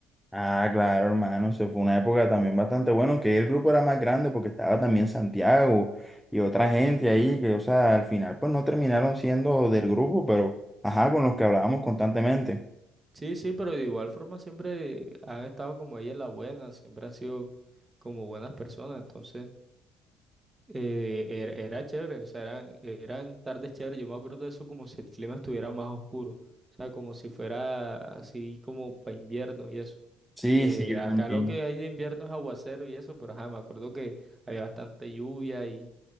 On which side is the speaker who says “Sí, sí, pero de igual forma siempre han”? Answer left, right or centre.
Right